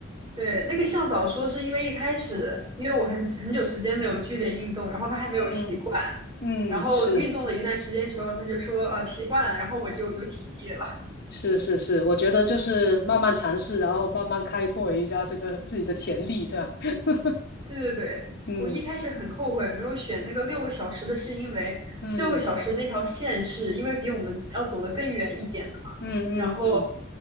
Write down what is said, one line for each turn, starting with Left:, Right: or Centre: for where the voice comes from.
Right: 对，那个向导说是因为一开始，因为我很很久时间没有剧烈运动，然后他还没有习惯，
Left: <laughs> 嗯嗯是。
Right: 然后运动了一段时间之后，他就说呃习惯了，然后我就有体力了。
Left: 是是是，我觉得就是慢慢尝试，然后慢慢开阔一下这个自己的潜力，这样。<laughs>
Right: 对对对，
Left: 嗯
Right: 我一开始很后悔没有选那个六个小时的，是因为六个小时那条线是因为比我们要走得更远一点的嘛，
Left: 嗯嗯嗯嗯。
Right: 然后